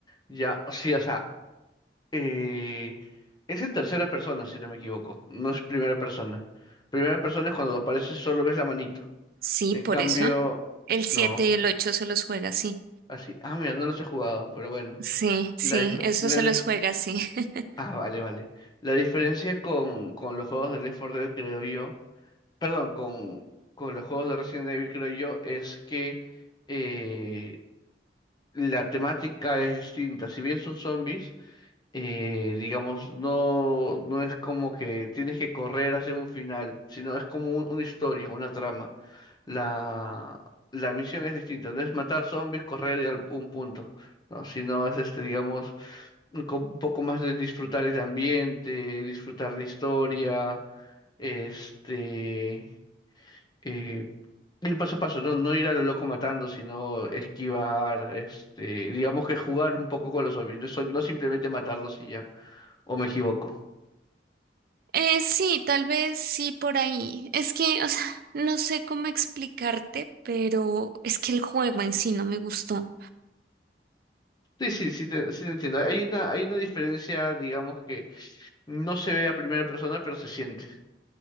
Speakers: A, on the left; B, on the right.
A: ya, sí, o sea, eh, es en tercera persona, si no me equivoco, no es primera persona. Primera persona es cuando apareces solo ves la manito.
B: Sí,
A: En
B: por
A: cambio,
B: eso. El 7
A: no.
B: y el 8 se los juega así.
A: Así, ah, mira, no los he jugado, pero bueno.
B: Sí, sí,
A: La dif-
B: eso
A: la
B: se
A: di-
B: los juega, sí. <laughs>
A: ah, vale, vale. La diferencia con, con los juegos de Left 4 Dead, creo yo, perdón, con, con los juegos de Resident Evil, creo yo, es que eh, la temática es distinta. Si bien son zombies, eh, digamos, no, no es como que tienes que correr hacia un final, sino es como un- una historia, una trama. La, la misión es distinta, no es matar zombies, correr y al un punto, ¿no? Sino es este, digamos, un co- un poco más de disfrutar el ambiente, disfrutar la historia, este, eh, ir paso a paso, no, no ir a lo loco matando, sino esquivar, este, digamos que jugar un poco con los zombies, no, sol- no simplemente matarlos y ya. ¿O me equivoco?
B: Eh, sí, tal vez sí por ahí. Es que, o sea, no sé cómo explicarte, pero es que el juego en sí no me gustó.
A: Sí, sí, sí te, sí te entiendo. Hay una, hay una diferencia, digamos, que no se ve a primera persona, pero se siente.